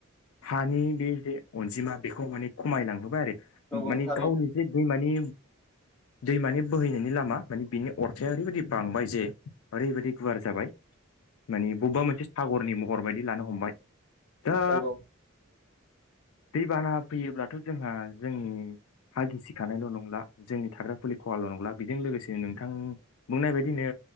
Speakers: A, on the left; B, in the centre.
A: हानि बे जे अनजिमा बेखौ माने खमायलांहोबाय आरो।
B: नंगौ
A: मानि
B: थारैनो
A: गावनि जे दैमानि दैमानि बोहैनायनि लामा माने बिनि अरथाया ओरैबायदि बांबाय जे ओरैबायदि गुवार जाबाय मानि बबेबा मोनसे सागरनि महर बायदि लानो हमबाय। दा
B: नंगौ।
A: दैबाना फैयोब्लाथ' जोंहा जोंनि हा गिसिखानायल' नंला जोंनि थाग्रा फुलि खहाल' नंला बेजों लोगोसे नोंथां बुंनाय बायदिनो